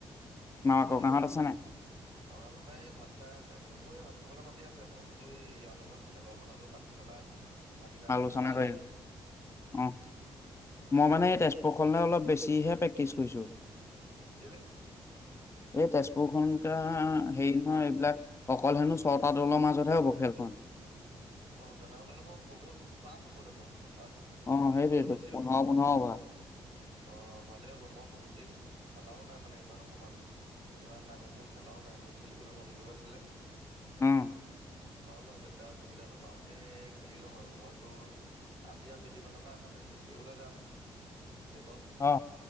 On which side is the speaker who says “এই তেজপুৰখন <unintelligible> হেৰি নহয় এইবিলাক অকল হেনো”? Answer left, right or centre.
Left